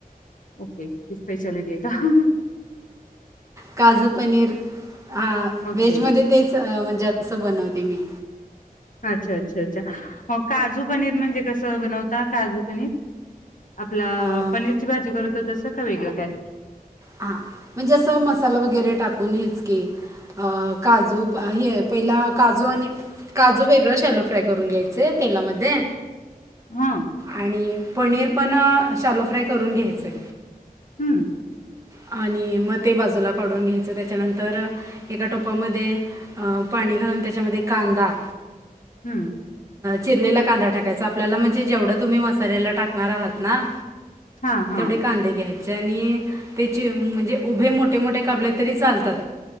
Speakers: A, on the left (about 60°); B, on the right (about 20°).
A: ओके ती स्पेशलिटी आहे का?
B: काजू पनीर, हा
A: ओके
B: वेजमध्ये तेच, म्हणजे असं बनवते मी.
A: अच्छा! अच्छा! अच्छा! हो काजू पनीर म्हणजे कसं बनवता काजू पनीर? आपला
B: अ,
A: पनीरची भाजी करतो तसं का वेगळं काय?
B: हा म्हणजे असं मसाला वगैरे टाकून हेच की. अ काजू हे पहिला काजू आणि काजू वेगळं शॅलो फ्राय करून घ्यायचे तेलामध्ये
A: हा.
B: आणि पनीर पण शालो फ्राय करून घ्यायचंय.
A: हम्म.
B: आणि मग ते बाजूला काढून घ्यायचं त्याच्यानंतर एका टोपामध्ये अ पाणी घालून त्याच्यामध्ये कांदा
A: हम्म.
B: चिरलेला कांदा टाकायचा आपल्याला म्हणजे जेवढं तुम्ही मसालेला टाकणार आहात ना
A: हा हा
B: तेवढे कांदे घ्यायचे आणि त्याचे म्हणजे उभे मोठे मोठे कापले तरी चालतात.